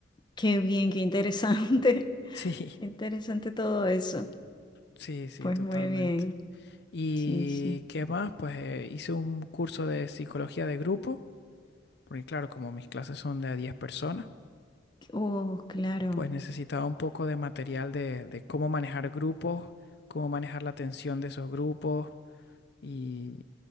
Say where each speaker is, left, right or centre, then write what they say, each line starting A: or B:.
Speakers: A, on the left; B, on the left.
A: qué bien, qué interesante. <laughs>
B: Sí,
A: Qué interesante todo eso.
B: sí, sí,
A: Pues
B: totalmente.
A: muy bien.
B: ¿Y
A: Sí, sí.
B: qué más? Pues eh, hice un curso de psicología de grupo, porque claro, como mis clases son de a 10 personas,
A: Oh, claro.
B: pues necesitaba un poco de material de, de cómo manejar grupos, cómo manejar la tensión de esos grupos y,